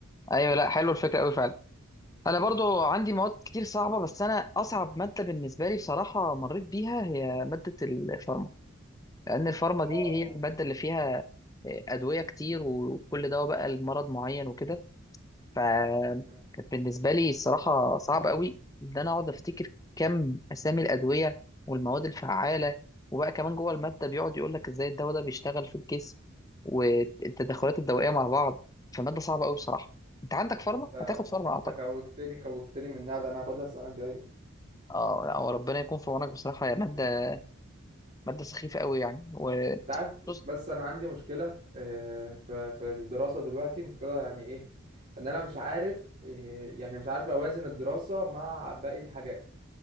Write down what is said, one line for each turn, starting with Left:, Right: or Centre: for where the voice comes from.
Left: ايوه لا حلوه الفكره قوي فعلا انا برضو عندي مواد كتير صعبه بس انا اصعب ماده بالنسبه لي بصراحه مريت بيها هي ماده الفارما لان الفارما
Right: اه
Left: دي هي الماده اللي فيها آه، ادويه كتير وكل دواء بقى لمرض معين وكده فكانت
Right: آه.
Left: بالنسبة لي الصراحة صعب قوي إن أنا أقعد أفتكر كم أسامي الأدوية والمواد الفعالة وبقى كمان جوه المادة بيقعد يقول لك إزاي الدواء ده بيشتغل في الجسم والتدخلات الدوائية مع بعض فمادة صعبة قوي بصراحة أنت عندك فارما
Right: أنت
Left: هتاخد فارما أعتقد
Right: أنت خوفتني خوفتني من ده أنا هاخدها السنة الجاية
Left: أه لا هو ربنا يكون في عونك بصراحة يا مادة مادة سخيفة قوي يعني و
Right: انت عارف
Left: بص
Right: بس انا عندي مشكله آه، في في الدراسه دلوقتي مشكله يعني ايه ان انا مش عارف آه، يعني مش عارف اوازن الدراسه مع باقي الحاجات